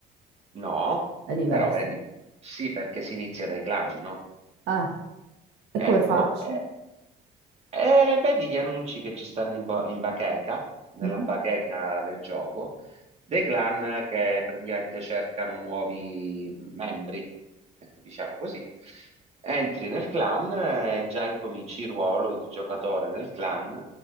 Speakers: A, on the right (about 40°); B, on the right (about 80°).
A: No,
B: è diverso.
A: però vedi, sì perché si inizia dai clan, no?
B: Ah,
A: Ecco,
B: e come faccio?
A: e, e vedi gli annunci che ci stanno in, bo- in bacheca, nella
B: Mm?
A: bacheca del gioco, dei clan che praticamente cercano nuovi membri, ecco, diciamo così. Entri nel clan e già incominci il ruolo di giocatore nel clan,